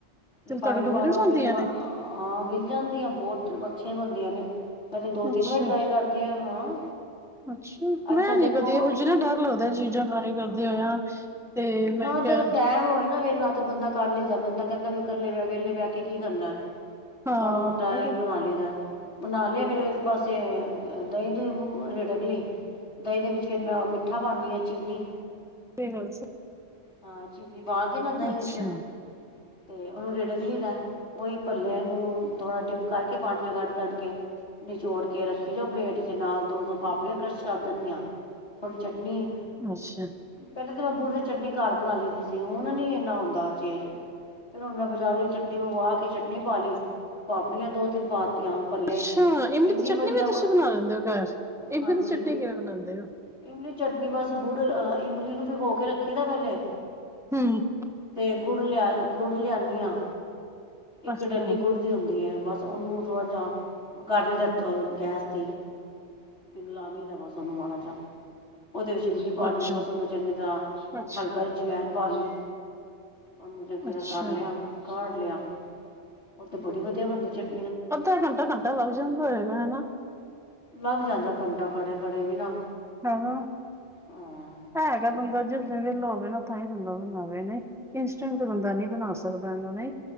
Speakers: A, in the centre; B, on the left (about 85°).
A: ਤੇ
B: ਰਿਫਾਇੰਡ
A: ਤੁਹਾਡੇ ਕੋਲ
B: ਪਾਲੋ
A: ਮਿਲ ਜਾਂਦੀਆਂ
B: ਵਿੱਚ
A: ਨੇ
B: ਹਾਂ ਵਿਲ ਜਾਂਦੀਆਂ ਬਹੁਤ ਅੱਛੀਆਂ ਬਣਦੀਆਂ ਨੇ ਮੈਂ ਤੇ ਦੋ ਤਿੰਨ
A: ਅੱਛਾ
B: ਵਾਰੀ ਟਰਾਈ ਕਰੱ ਕਿ ਹਾਂ
A: ਅੱਛਾ,
B: ਅੱਛਾ
A: ਮੈਂ
B: ਦੇਖੋ
A: ਨੀ ਕਦੇ ਇਹ ਚੀਜਾਂ ਡਰ ਲੱਗਦਾ ਚੀਜ਼ਾਂ ਟਰਾਈ ਕਰਦੇ
B: ਹਾਂ
A: ਹੋਇਆ। ਤੇ ਮੈਂ
B: ਨਾ
A: ਕਿਹਾ
B: ਜਦੋਂ ਟੈਮ ਹੋਏ ਨਾ ਵੇਹਲਾ ਬੰਦਾ ਕਰ ਲਈਦਾ ਬੰਦਾ ਕਹਿੰਦਾ ਵੀ ਇਕੱਲੇ ਵਿਹਲੇ ਬਹਿ ਕੇ ਕੀ ਕਰਨਾ।
A: ਹਾਂ
B: ਮਾੜਾ ਮੋਟਾ
A: ਇਹ
B: ਇਹਹੀ ਬਣਾ ਲਈਦਾ। ਬਣਾ ਲਿਆ ਫੇਿਰ ਇੱਕ ਪਾਸੇ ਦਹੀਂ- ਦੁਹੀਂ ਰਿੜਕ ਲਈ ਦਹੀਂ ਦੇ ਵਿੱਚ ਫਿਰ ਮੈਂ ਉਹ ਮਿੱ ਮਿੱਠਾ ਪਾਨੀਹਾਂ ਚੀਨੀ
A: ਤੇ ਗੱਲਸ <inaudible>
B: ਹਾਂ, ਚੀਨੀ ਪਾ ਕੇ ਨਾ ਦਹੀਂ
A: ਅੱਛਾ
B: ਵਿੱਚ ਤੇ ਉਹਨੂੰ ਰਿੜਕ ਲਈਦਾ, ਉਹੀ ਪੱਲਿਆਂ ਨੂੰ ਥੋੜਾ ਡਿਪ ਕਰਕੇ ਪਾਣੀ ਚੋਂ ਕੱਢ ਕੱਢ ਕੇ ਨਿਚੋੜ ਕੇ ਕੇ ਰੱਖੀ ਜਾਓ ਪਲੇਟ ਚ ਨਾਲ ਦੋ ਦੋ ਪਾਪੜੀਆਂ ਕਰਸ਼ ਕਰ ਦਿੰਦੀ ਹ ਥੋੜ੍ਹੀ ਚਟਨੀ
A: ਅੱਛਾ!
B: ਪਹਿਲੇਾਂ ਤਾਂ ਮੈਂ ਗੁੜ ਦੀ ਚਟਨੀ ਘਰ ਬਣਾ ਲੈਂਦੀ ਸੀ, ਹੁਣ ਨੀ ਇਨਾ ਹਉਂਦਾ ਉਚੇਚ ਫਿਰ ਹੁਣ ਮੈਂ ਬਾਜ਼ਾਰੋ ਚਟਨੀ ਮੰਗਵਾ ਕੇ ਚਟਨੀ ਪਾ ਲਈ, ਪਾਪੜੀਆਂ ਦੋ ਤਿੰਨ ਪਾਤੀਆਂ। ਭੱਲੇ
A: ਅੱਛਾ। ਇਮਲੀ
B: ਇੰਨੀ
A: ਦੀ ਚਟਨੀ
B: ਵਧੀਆ
A: ਵੀ ਤੁਸੀਂ ਬਣਾ ਲਿੰਦੇ ਹੋ ਘਰ ਇਮਲੀ
B: ਹਾਂਜੀ
A: ਦੀ ਚਟਨੀ ਕਿਵੇਂ ਬਣਾਉਂਦੇ ਹੋ?
B: ਇਮਲੀ ਚਟਨੀ ਬਸ ਗੁੜ ਅਹ ਇਮਲੀ ਨੂੰ ਭਿਗੋ ਕੇ ਰੱਖੀ ਦਾ ਪਹਿਲੇ
A: ਹਮ <inaudible>
B: ਤੇ ਗੁੜ ਲਿਆ ਗੁੜ ਲਿਆਦੀ ਹਾਂ ਇੱਕ
A: ਅੱਛਾ
B: ਡੱਲੀ ਗੁੜ ਦੀ ਹੁੰਦੀ ਹੈ ਬਸ ਉਹਨੂੰ ਥੋੜ੍ਹਾ ਜਿਹਾ ਕੱਰ ਲਈਦਾ ਗੈਸ ਤੇ ਪਿੰਗਲਾ ਲਈ ਬਸ ਉਹਨੂੰ ਮਾੜਾ ਜਿਹਾ, ਉਹਦੇ ਵਿੱਚ ਇਮਲੀ ਪਾਲਈ
A: ਅੱਛਾ
B: ਦਾ ਬਸ ਉਹਨੂੰ ਚੰਗੀ ਤਰ੍ਹਾਂ
A: ਅੱਛਾ
B: ਕਦੇ ਅਜਵੈਨ ਪਾ ਲਈ ਉਹਨੂੰ ਚੰਗੀ ਤਰ੍ਹਾਂ
A: ਅੱਛਾ
B: ਕਰ ਲਿਆ ਕਾੜ ਲਿਆ ਉਹ ਤੇ ਬੜੀ ਵਧੀਆ ਬੰਨਦੀ ਚੱਟ
A: ਅੱਧਾ ਘੰਟਾ, ਘੰਟਾ ਲੱਗ ਜਾਂਦਾ ਹੈਏਗਾ ਹਨਾ।
B: ਲੱਗ ਜਾਂਦਾ ਘੰਟਾ ਖੜੇ-ਖੜੇ ਵੀ ਨਾ
A: ਹੈਨਾ
B: ਹਾਂ
A: ਐ ਹੈਗੈ ਬੰਦਾ ਜਿਸ ਦਿਨ ਵੇਲਾ ਹੋਵੇ ਨਾ ਤਾਇ ਬੰਦਾ ਬਣਾਵੇ ਨਹੀਂ। ਇੰਸਟੈਂਟ ਤੇ ਬੰਦਾ ਨਹੀਂ ਬਣਾ ਸਕਦਾ ਇਹੂੰ ਨਹੀਂ।